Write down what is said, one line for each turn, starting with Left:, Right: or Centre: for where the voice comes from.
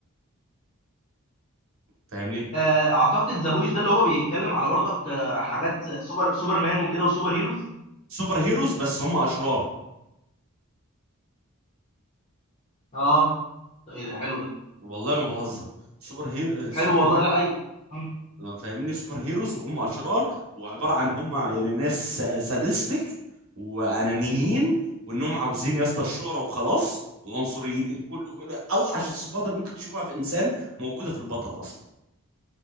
Right: فاهمني
Left: آه، اعتقد ذا بويز ده اللي هو بيتكلم على برضك آه، حاجات سوبر سوبرمان وكده وسوبر هيروز
Right: سوبر هيروز بس هم اشرار
Left: اه طيب ايه ده حلو ده
Right: والله ما بهزر سوبر هير آه، سوبر
Left: حلو والله لا ايوه مم.
Right: آه، فاهمني سوبر هيروز وهم اشرار وعباره عن هم يعني ناس سادستك وانانيين وانهم عاوزين يا اسطى الشهره وخلاص وعنصريين كل كل- اوحش الصفات اللي ممكن تشوفها في انسان موجوده في البطل اصلا